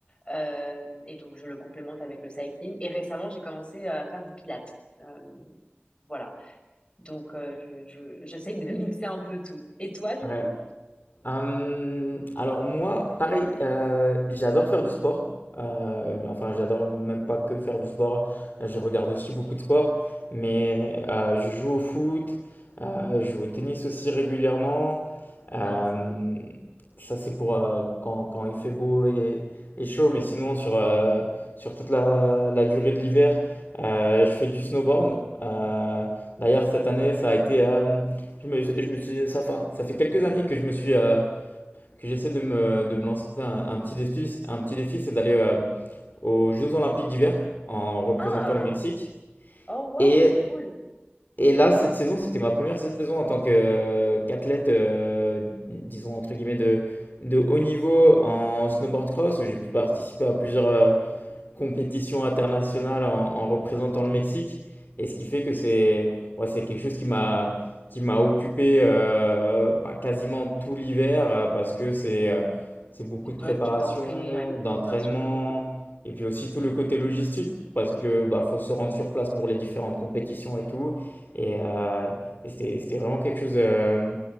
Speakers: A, on the left; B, on the left.
A: euh, et donc, je le complémente avec le cycling. Et récemment, j'ai commencé à faire du pilates. Euh, voilà. Donc, euh, je, je, j'essaye de <laughs> mixer un peu tout. Et toi, du
B: Ouais,
A: coup?
B: Hum, alors moi, pareil, euh, j'adore faire du sport. Euh, mais enfin, j'adore même pas que faire du sport. Je regarde aussi beaucoup de sport, mais euh, je joue au foot, euh, je joue au tennis aussi régulièrement. Euh,
A: Ah, c'est cool.
B: ça, c'est pour euh, quand, quand il fait beau et, et chaud, mais sinon, sur, euh, sur toute la, la durée de l'hiver, euh, je fais du snowboard. Euh, d'ailleurs, cette année, ça a été, euh, je me, je me suis, ça, fait, ça fait quelques années que je me suis, euh, que j'essaie de me, de me lancer un, un petit défi, un petit défi, c'est d'aller euh, aux Jeux Olympiques d'hiver en représentant
A: Ah,
B: le Mexique.
A: oh wow
B: Et,
A: c'est cool.
B: et là, cette saison, c'était ma première saison en tant que, euh, qu'athlète, euh, disons entre guillemets de, de haut niveau en snowboard cross, où j'ai pu participer à plusieurs, euh, compétition internationale en, en représentant
A: Ah,
B: le Mexique. Et ce qui fait que c'est ouais, c'est quelque chose qui m'a qui m'a occupé euh, bah, quasiment tout l'hiver euh, parce que c'est euh, c'est beaucoup
A: Puis toi,
B: de préparation,
A: tu t'entraînais, ouais,
B: d'entraînement
A: bien sûr.
B: et puis aussi tout le côté logistique parce que bah, faut se rendre sur place pour les différentes compétitions et tout. Et, euh, et c'était c'était vraiment quelque chose euh,